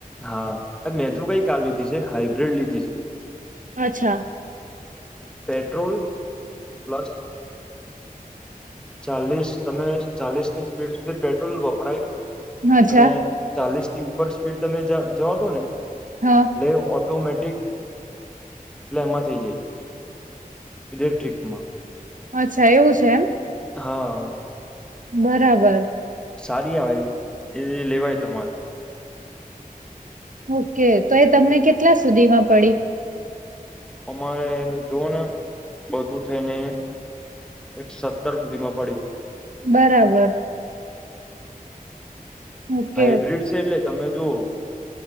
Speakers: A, in the centre; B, on the right.
A: હા મે તો કઈ કાર લીધી છે હાઈબ્રીડ લીધી છે.
B: અચ્છા.
A: Petrol plus. ચાલીસ તમે ચાલીસની સ્પીડ સુધી પેટ્રોલ વપરાય.
B: અચ્છા
A: અને ચાલીસ થી ઉપર સ્પીડ તમે જ જવા દો ને એટલે
B: હા
A: ઓ ટોમેટિક પ્લેમાં થઈ જાય ઇલેક્ટ્રિકમાં.
B: અચ્છા એવું છે એમ.
A: હા‌.
B: બરાબર.
A: સારી આવે, એ લેવાય તમારે.
B: ઓ કે. તો એ તમને કેટલા સુધીમાં પડી?
A: અમારે જોવો ને બધું થઈને એક સત્તર સુધી માં પડી.
B: બરાબર. ઓકે
A: હાઈબ્રિડ છે એટલે તમે જોવો.